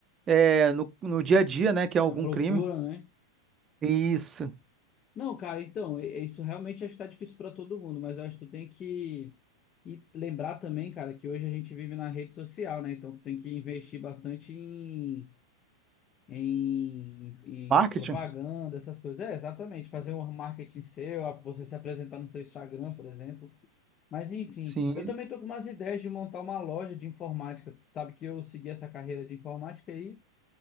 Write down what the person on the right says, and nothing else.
é, no, no dia a dia, né? Que é algum
crime.
Isso.
Marketing?
Sim,